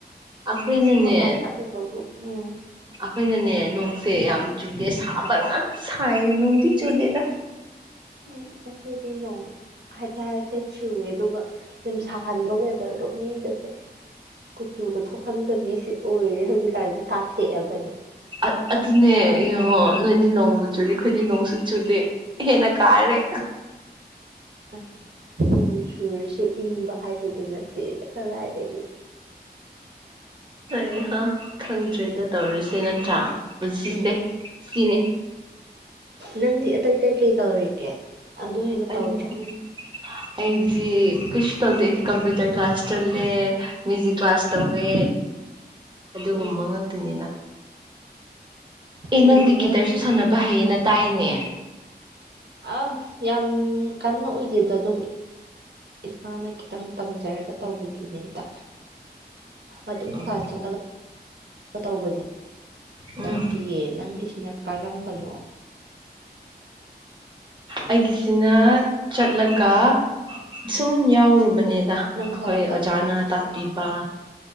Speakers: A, on the right (about 30°); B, on the right (about 80°).
A: ꯑꯩꯈꯣꯏꯅꯅꯦ
B: ꯉꯁꯤ ꯃꯄꯥꯟ ꯆꯠꯂꯣ ꯕꯨ ꯎꯝ
A: ꯍꯣꯏꯅꯅꯦ ꯅꯣꯡꯁꯦ ꯌꯥꯝ ꯆꯨꯗꯦ ꯁꯥꯕ ꯉꯥꯛꯇ ꯁꯥꯏꯌꯦ ꯅꯣꯡꯗꯤ ꯆꯨꯗꯦꯗ
B: ꯎꯝ ꯑꯩꯈꯣꯏꯗꯤ ꯅꯣꯡ ꯍꯥꯏꯐꯦꯠ ꯍꯥꯏꯐꯦꯠ ꯆꯨꯋꯦ ꯑꯗꯨꯒ ꯌꯥꯝ ꯁꯥꯍꯟꯕ ꯋꯦꯗꯔꯗꯣ ꯃꯤꯒꯁꯦ ꯀꯨꯆꯨꯒ ꯊꯣꯛꯍꯟꯗꯕꯤꯁꯦ ꯑꯣꯏꯔꯦ ꯍꯧꯖꯤꯛꯀꯥꯟꯁꯦ ꯀꯥꯊꯦꯛꯑꯕꯅꯦ
A: ꯑꯗꯨ ꯑꯗꯨꯅꯦ ꯌꯣ ꯅꯣꯏꯗꯤ ꯅꯣꯡꯃ ꯆꯨꯔꯤꯦ ꯑꯩꯈꯣꯏꯗꯤ ꯅꯣꯡꯁꯨ ꯆꯨꯗꯦ ꯍꯦꯟꯅ ꯀꯥꯏꯔꯦ
B: ꯑꯁ ꯅꯣꯡ ꯁꯨꯔꯁꯨ ꯏꯪꯕ ꯍꯥꯏꯕꯗꯨ ꯅꯠꯇꯦ ꯑꯗꯥꯏ
A: ꯑꯩ ꯈꯪꯗ꯭ꯔꯦꯗ ꯇꯧꯔꯤꯁꯦ ꯅꯠꯇ꯭ꯔꯥ ꯄꯨꯖꯤꯁꯦ
B: ꯎꯝ
A: ꯁꯤꯅꯦ
B: ꯅꯪꯗꯤ ꯑꯇꯩ ꯀꯩ ꯀꯩ ꯇꯧꯔꯤꯒꯦ ꯑꯗꯨ ꯍꯅꯥ
A: ꯑꯩꯗꯤ
B: ꯇꯧꯗ꯭ꯔꯣ
A: ꯑꯩꯗꯤ ꯀꯩꯁꯨ ꯇꯧꯗꯦ ꯑꯩꯗꯤ ꯀꯝꯄ꯭ꯌꯨꯇꯔ ꯀ꯭ꯂꯥꯁ ꯆꯜꯂꯦ ꯃ꯭ꯌꯨꯖꯤꯛ ꯀ꯭ꯂꯥꯁ ꯇꯧꯋꯦ ꯑꯗꯨꯒꯨꯝꯕ
B: ꯎꯝ
A: ꯉꯥꯛꯇꯅꯤꯗ ꯑꯦ
B: ꯃꯤꯁꯤ
A: ꯅꯪꯗꯤ ꯒꯤꯇꯔꯁꯨ
B: ꯍꯥꯏꯁ
A: ꯁꯥꯟꯅꯕ ꯍꯩꯌꯦ ꯅꯠ ꯇꯥꯌꯦꯅꯦ
B: ꯑꯪ ꯌꯥꯝ ꯀꯟꯅ ꯎꯖꯤꯟꯗ ꯗꯨꯝ ꯏꯁꯥꯅ ꯈꯤꯇꯪ ꯇꯝꯖꯔꯒ ꯇꯧꯕꯗꯨꯏꯗꯩꯩꯗ ꯑꯗꯨꯝ
A: ꯎꯝ
B: ꯈꯥꯖꯂꯒ ꯑꯇꯧꯕꯗꯤ
A: ꯎꯝ
B: ꯃꯇꯦꯌꯦ ꯅꯪꯒꯤ ꯁꯤꯅ ꯀꯔꯝꯕꯅꯣ
A: ꯑꯩꯒꯤꯁꯤꯅ ꯆꯠꯂꯒ ꯁꯨꯝ ꯌꯥꯎꯔꯨꯕ ꯕꯥꯅꯦꯗ
B: ꯅꯪ
A: ꯑꯩꯈꯣꯏ
B: ꯀ꯭ꯂꯥꯁ ꯇꯧꯋꯦ
A: ꯑꯣꯖꯥꯅ
B: ꯍꯥꯏꯕꯁꯤ
A: ꯇꯥꯛꯄꯤꯕ